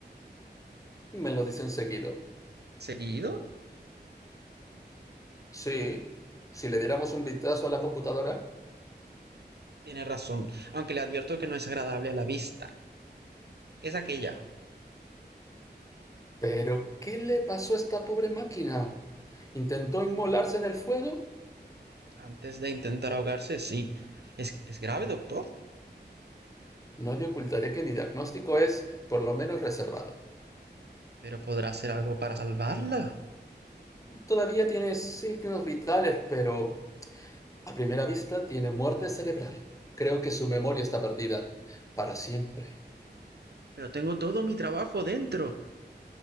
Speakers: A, on the left; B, on the right.
A: Me lo dicen seguido.
B: ¿Seguido?
A: Sí, si le diéramos un vistazo a la computadora.
B: Tiene razón, aunque le advierto que no es agradable a la vista. Es aquella.
A: Pero, ¿qué le pasó a esta pobre máquina? ¿Intentó inmolarse en el fuego?
B: Antes de intentar ahogarse, sí. Es, es grave, doctor,
A: No le ocultaré que mi diagnóstico es, por lo menos, reservado.
B: pero podrá hacer algo para salvarla.
A: Todavía tiene signos vitales, pero a primera vista tiene muerte cerebral. Creo que su memoria está perdida. Para siempre.
B: Pero tengo todo mi trabajo dentro.